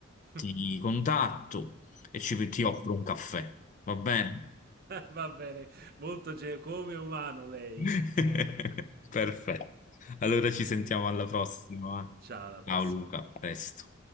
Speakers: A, on the left; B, on the right.
A: ti
B: <laughs>
A: contatto e ci, ti offro un caffè. Va bene?
B: Va bene, molto ge- come umano lei.
A: <laughs> Perfetto. Allora ci sentiamo alla prossima. va?
B: Ciao, alla prossima.
A: Ciao Luca, a presto.